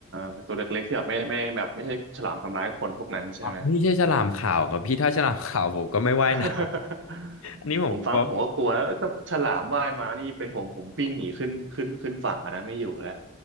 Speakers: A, on the right; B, on the left.
A: เป็นตัวเล็กๆที่แบบไม่ไม่แบบไม่ใช่ฉลามทำร้ายคนพวกนั้นใช่ไหม
B: อ๋อนี่ใช่ฉลามขาวกับพี่ถ้าฉลามขาวผมก็ไม่ว่ายนะ
A: <laughs>
B: อันนี้ผมกลัว
A: ผมฟังผมก็กลัวแล้วเอ้ยถ้าฉลามว่ายมานี่เป็นผมผมวิ่งหนีขึ้นขึ้นขึ้นฝั่งอะนะไม่อยู่แล้ว